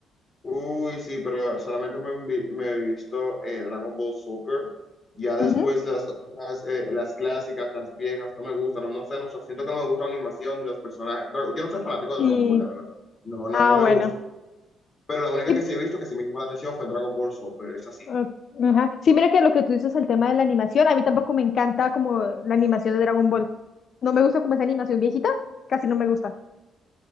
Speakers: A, on the left; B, on the left.
A: Uy, sí, pero solamente me, envi- me he visto eh, Dragon Ball Super. Ya después
B: Ujú.
A: las otras, eh, las clásicas, las viejas, no me gustan. No, no sé, no sé, siento que no me gusta la animación ni los personajes. Dra- Yo no soy fanático de
B: Y,
A: Dragon Ball, la verdad. No, no,
B: ah,
A: no me
B: bueno.
A: gusta. Pero la única
B: Y
A: que sí he visto que sí me llamó la atención fue Dragon Ball Super, es así.
B: Ah, Ajá. Sí, mira que lo que tú dices, el tema de la animación, a mí tampoco me encanta como la animación de Dragon Ball. No me gusta como esa animación viejita, casi no me gusta.